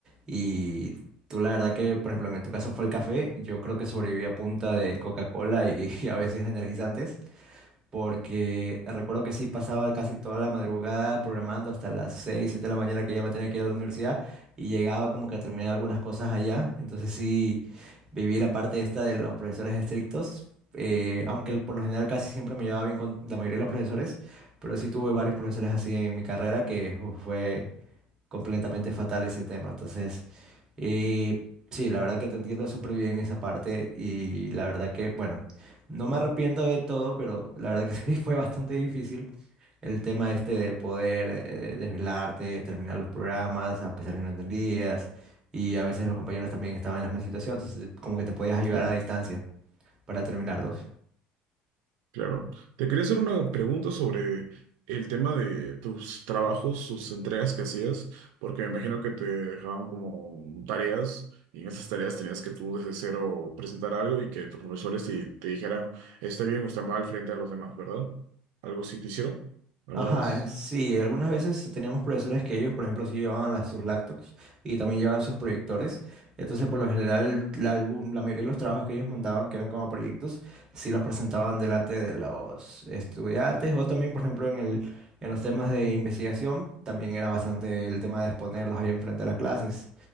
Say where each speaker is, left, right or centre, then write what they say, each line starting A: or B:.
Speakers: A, on the right; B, on the right.
A: Y tú, la verdad que, por ejemplo, en tu caso fue el café, yo creo que sobreviví a punta de Coca-Cola y, <laughs> y a veces energizantes porque recuerdo que sí pasaba casi toda la madrugada programando hasta las 6 7 de la mañana que ya me tenía que ir a la universidad y llegaba como que a terminar algunas cosas allá. Entonces sí viví la parte esta de los profesores estrictos, eh, aunque el- por lo general casi siempre me llevaba bien con la mayoría de los profesores, pero sí tuve varios profesores así en mi carrera que uf, fue completamente fatal ese tema. Entonces, eh, sí, la verdad que te entiendo súper bien esa parte y la verdad que, bueno, no me arrepiento de todo, pero la verdad que <laughs> sí fue bastante difícil el tema este de poder eh, desvelarte, terminar los programas a pesar que no entendías y a veces los compañeros también estaban en la misma situación, entonces como que te podías ayudar
B: Sí.
A: a distancia para terminarlos.
B: Claro. Te quería hacer una pregunta sobre el tema de tus trabajos, sus entregas que hacías, porque me imagino que te dejaban como tareas y en esas tareas tenías que tú desde cero presentar algo y que tus profesores te, te dijeran está bien o está mal frente a los demás, ¿verdad? ¿Algo así te hicieron alguna
A: Ajá,
B: vez?
A: eh, sí, algunas veces teníamos profesores que ellos, por ejemplo, sí llevaban las, sus laptops y también llevaban sus proyectores. Entonces, por lo general, la, algún- la mayoría de los trabajos que ellos mandaban, que eran como proyectos, sí los presentaban delante de los estudiantes o también, por ejemplo, en el, en los temas de investigación, también era bastante el tema de exponerlos ahí enfrente de las clases.